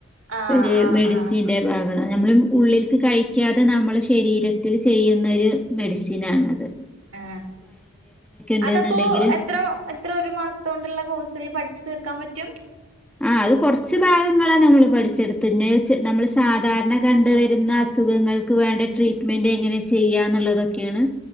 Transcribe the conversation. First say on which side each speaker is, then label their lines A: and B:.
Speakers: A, on the right; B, in the centre.
A: ആഹ്
B: ഒര് മെഡിസിന്റെ
A: ആഹ് ആഹ്
B: ഭാഗ നമ്മള് ഉള്ളിൽക്ക് കഴിക്കാതെ നമ്മളെ ശരീരത്തിൽ ചെയ്യുന്ന ഒര് മെഡിസിനാണത്
A: ആ
B: ഉണ്ടെന്നുണ്ടെങ്കിൽ
A: അതപ്പോ എത്ര എത്ര ഒരു മാസത്ത് കൊണ്ടുള്ള കോഴ്സിൽ പഠി തീർക്കാൻ പറ്റും.
B: ആ അത് കൊറച്ച് ഭാഗങ്ങളാ നമ്മള് പഠിച്ചെടുത്ത് എന്നേച്ചു നമ്മള് സാധാരണ കണ്ട് വരുന്ന അസു മൃഗങ്ങൾക്ക് വേണ്ട ട്രീറ്റ്മെന്റ് എങ്ങനെ ചെയ്യാന്നുള്ളതൊക്കെണ്